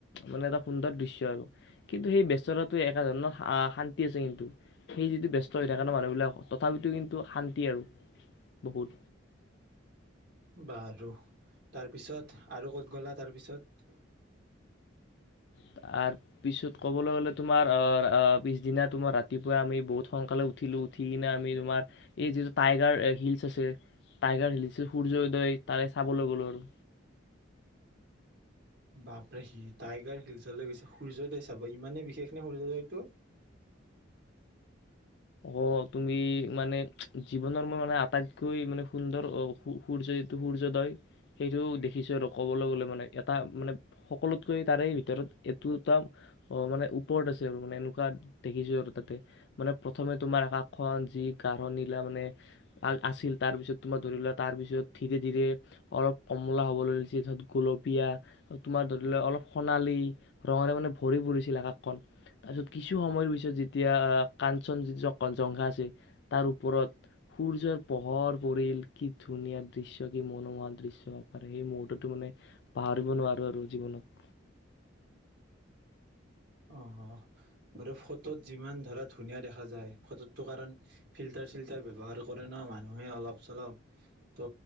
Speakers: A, on the left; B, on the right.
A: মানে এটা সুন্দৰ দৃশ্য আৰু সেই ব্যস্ততাটোৱে একে ধৰণৰ শান্তি আছে কিন্তু। সেই যিটো ব্যস্ত হৈ থাকে নহ মানুহবিলাক তথাপিতো কিন্তু শান্তি আৰু। বহুত।
B: বাৰু তাৰপিছত আৰু ক'ত গ'লা তাৰপিছত।
A: তাৰপিছত ক'বলৈ গ'লে তোমাৰ পিছদিনা তোমাৰ ৰাতিপুৱা আমি বহুত সোনকালে উঠ উঠিলোঁ উঠি কিনে আমি তোমাৰ এই যিটো টাইগাৰ হিলচ আছে। টাইগাৰ হিলছ যে সূৰ্য উদয় তাৰে চাবলৈ গ'লো আৰু।
B: বাপৰেহি টাইগাৰ হিলছলৈ গৈছে সূৰ্যোদয় চাব ইমানে বিশেষ নে সূৰ্যোদয়টো
A: অ' তুমি মানে জীৱনৰ মই মানে আটাইতকৈ মানে সুন্দৰ অ সূ-সূৰ্য <unintelligible> সূৰ্যোদয় সেইটো দেখিছোঁ আৰু ক'বলৈ গ'লে মানে এটা মানে <unintelligible> অ 'মানে ওপৰত আছে আৰু মানে এনেকুৱা দেখিছোঁ আৰু তাতে। মানে প্ৰথমে তোমাৰ আকাশখন গাৰো নীলা মানে- আছিল। তাৰপিছত তোমাৰ ধৰি লোৱা তাৰপিছত ধীৰে-ধীৰে- অলপ কমলা হ'বলৈ লৈছে তা'ত গোলপীয়া - তোমাৰ ধৰি লোৱা অলপ সোণালী ৰঙৰে মানে ভৰি পৰিছিল আকাশখন। তাৰপিছত কিছু সময়ৰ পিছত যেতিয়া কাঞ্চনজংঘা আছে তাৰ ওপৰত- সূৰ্যৰ পোহৰ পৰিল কি ধুনীয়া দৃশ্য, কি মনোমহা দৃশ্য বুলি পাৰে সেই মুহূৰ্তটো মানে। পাহৰিব নোৱাৰোঁ আৰু জীৱনত।
B: অহ'। বাৰু ফটোত যিমান ধৰা ধুনীয়া দেখা যায় ফটোতটো কাৰণ- ফিল্টাৰ-চিল্টাৰ ব্যৱহাৰ কৰে ন' মানুহে অলপ-চলপ। ত'